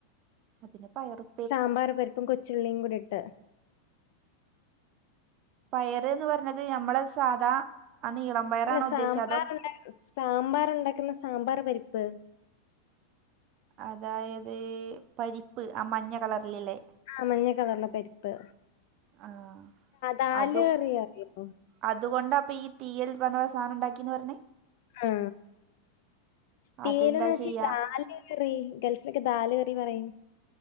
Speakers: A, on the right; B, on the left.
A: അതിന് പയറും
B: സാമ്പാർ പരിപ്പും കൊച്ചുള്ളിയും കൂടി ഇട്ട്
A: പയർ എന്ന് പറഞ്ഞത് ഞമ്മള് സാധാ ആ നീളം പയറാണോ
B: അല്ല
A: ഉദ്ദേശിച്ചത്
B: സാമ്പാർണ്ട
A: അതോ
B: സാമ്പാർ ഉണ്ടാക്കുന്ന സാമ്പാർ പരിപ്പ്
A: അതായത് പരിപ്പ് ആ മഞ്ഞ കളറിലല്ലേ
B: ആ മഞ്ഞ കളർന്ന പരിപ്പ്
A: ആഹ
B: ദാലേറിയ
A: അതും
B: അറിയോ
A: അതുകൊണ്ടാ അപ്പൊ ഈ തീയൽ എന്നുപറഞ്ഞ സാധനം ഉണ്ടാക്കിന്ന് പറഞ്ഞെ
B: ആഹ തീലന്ന്
A: അതെന്താ
B: വച്ച
A: ചെയ്യാ
B: ദാൽ റി ഗേൾഫിലൊക്കെ ദാല് കറി പറയും